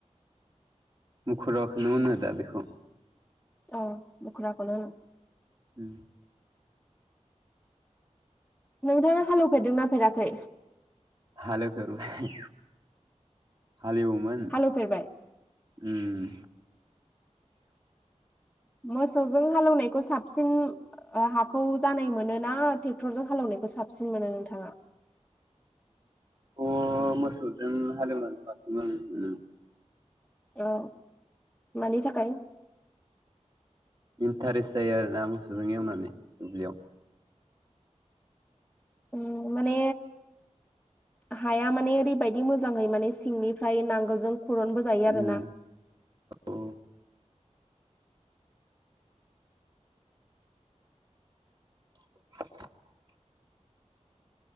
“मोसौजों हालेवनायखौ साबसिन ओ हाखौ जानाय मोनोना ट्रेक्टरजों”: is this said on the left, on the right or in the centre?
Centre